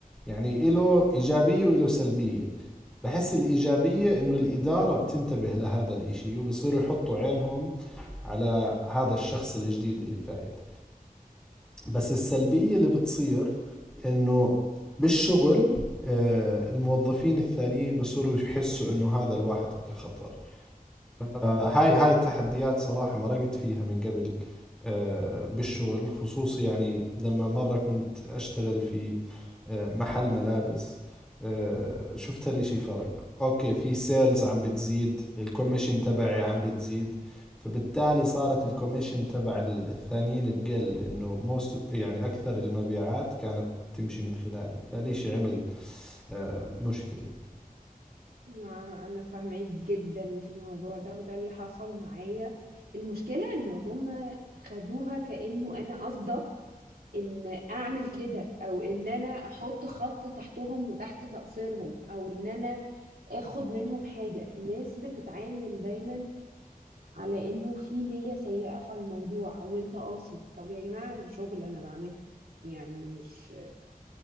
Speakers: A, in the centre; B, on the right (about 85°).
A: يعني إله إيجابية وإله سلبية بحس الإيجابية إنه الإدارة بتنتبه لهذا الإشي وبصيروا يحطوا عينهم على هذا الشخص الجديد اللي فايت بس السلبية اللي بتصير إنه بالشغل آه، الموظفين الثانيين بصيروا يحسوا إنه هذا الواحد كخطر فهاي هاي التحديات صراحة مرقت فيها من قبل آه، بالشغل خصوصي يعني لما مرة كنت أشتغل في آه، محل ملابس آه، شفت الاشي فرق اوكي في سيلز عم بتزيد الكوميشن تبعي عم بتزيد فبالتالي صارت الكوميشن تبع ال- الثانيين تقل انه موست يعني اكثر المبيعات كانت تمشي من خلالي فالاشي عمل آه، مشكلة
B: ما انا فاهمه جدا في الموضوع ده وده اللي حصل معايا المشكله ان هم خدوها كانه انا قصده ان اعمل كده او ان انا احط خط تحتهم وتحت تقصيرهم او ان انا اخد منهم حاجه الناس بتتعامل دايما على انه في نيه سيئه في الموضوع او انت قاصد طب يا جماعه شغل انا بعمله يعني مش